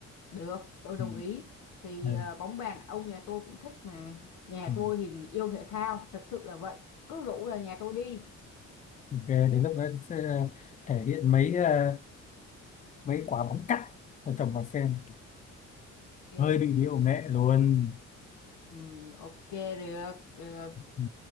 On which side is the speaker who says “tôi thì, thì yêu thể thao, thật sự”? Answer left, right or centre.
Left